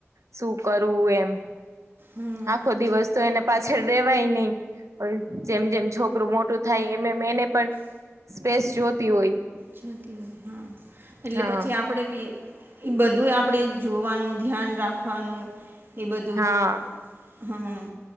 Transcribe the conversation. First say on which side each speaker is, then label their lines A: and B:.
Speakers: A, on the right; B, on the right.
A: શું કરવું એમ.
B: હા
A: આખો દિવસ તો એને પાછળ રેવાય નહી. વળી જેમ-જેમ છોકરું મોટું થાય એમ-એમ એને પણ સ્પેસ જોતી હોય.
B: જોતી હોય, હા. એટલે
A: હા
B: પછી આપણે બી ઈ બધુંય આપણે જોવાનું, ધ્યાન રાખવાનું. ઈ બધું
A: હા
B: હા,